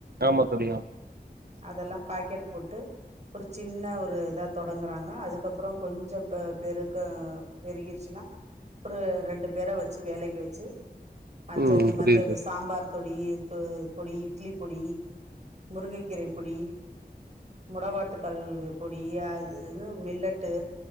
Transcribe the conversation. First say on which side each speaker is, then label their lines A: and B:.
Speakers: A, on the right; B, on the right.
A: ஆமா தோழி ஆ
B: அதெல்லாம் பாக்கெட் போட்டு ஒரு சின்ன ஒரு இதா தொடங்குறாங்க அதுக்கப்புறம் கொஞ்சம் ப்பெ பெருக்க பெருகிடுச்சுனா அப்புற ரெண்டு பேர வெச்சு வேலைக்கு வெச்சு மற்ற
A: ம்
B: இந்த மத்த
A: புரியுது
B: இது
A: தோழி
B: சாம்பார் தொடி பொடி இட்லி பொடி முருங்கைக்கீரை பொடி முடவாட்டு கால் பொடி அதுன்னு மில்லட்டு